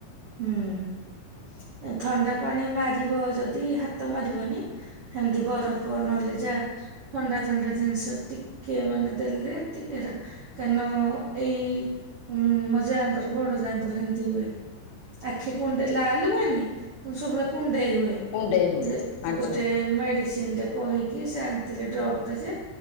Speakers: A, on the right; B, on the left.
A: ହୁଁ ଥଣ୍ଡା ପାଣି ମାରିବ ଯଦି ହାତ ମାରିବନି। ଏମିତି ବରଫ ନହେଲେ ଯା ଥଣ୍ଡା ଥଣ୍ଡା ଜିନିଷ ଟିକେ ମାନେ ଦେଲେ ଟିକେ ହେଟା କାରଣ ଏଇ ଉ ମୋ ଯାହାଙ୍କର ବଡ ଯାହାଙ୍କର ଏମିତି ହୁଏ। ଆଖି କୁଣ୍ଡ ଲାଲ ହୁଏନି କି ସବୁବେଳେ କୁଣ୍ଡେଇ ହୁଏ।
B: କୁଣ୍ଡେଇ ହୁଏ
A: ଯେ
B: ଆଚ୍ଛା।
A: ଗୋଟେ ମେଡିସିନ୍‌ ରେ କହିକି ସେ ଡ୍ରପ୍ ଯେ।